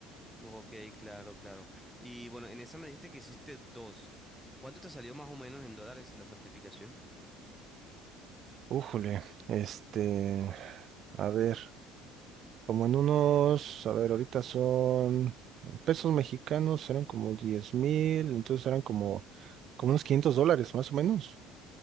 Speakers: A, in the centre; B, on the right.
A: Ok, claro, claro. Y bueno, en esa me dijiste que hiciste dos. ¿Cuánto te salió más o menos en dólares la certificación?
B: Újole, este, a ver, como en unos, a ver, ahorita son pesos mexicanos, eran como diez mil, entonces eran como, como unos 500 dólares, más o menos.